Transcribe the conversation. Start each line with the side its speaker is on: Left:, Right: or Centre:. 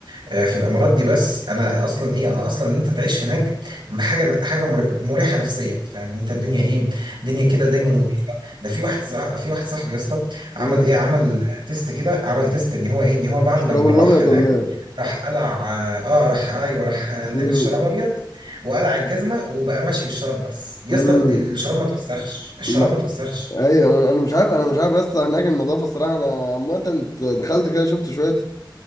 Right: آه، في الامارات دي بس انا اصلا ايه انا اصلا ان انت تعيش هناك حاجة حاجة مر- مريحة نفسيا فاهم إن انت الدنيا ايه الدنيا كده دايما نظيفة ده في واحد صع- في واحد صاحبي يا اسطى عمل
Left: امم
Right: ايه عمل تيست كده عمل تيست ان هو ايه ان هو بعد
Left: الشراب
Right: لما
Left: الابيض
Right: راح هناك
Left: ولا ايه
Right: راح قلع اه آه، راح ايوه راح لبس
Left: امم
Right: شراب ابيض وقلع الجزمه وبقى ماشي بالشراب بس يا
Left: امم
Right: اسطى الشراب ما توسخش الشراب
Left: ما-
Right: ما توسخش
Left: ايوه انا أنا مش عارف انا مش عارف اصلا هناك النظافه الصراحه انا عامه دخلت كده شفت شويه